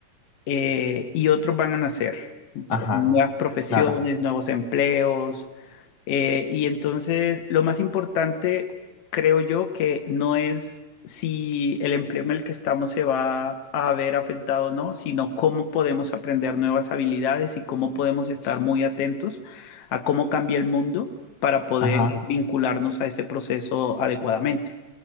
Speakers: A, on the left (about 60°); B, on the left (about 40°).
A: eh, y otros van a nacer.
B: ajá,
A: Pro- Nuevas profesiones,
B: claro,
A: nuevos empleos, eh, y entonces, lo más importante, creo yo, que no es si el empleo en el que estamos se va a ver afectado o no, sino cómo podemos aprender nuevas habilidades y cómo podemos estar muy atentos a cómo cambia el mundo para poder
B: ajá.
A: vincularnos a ese proceso adecuadamente.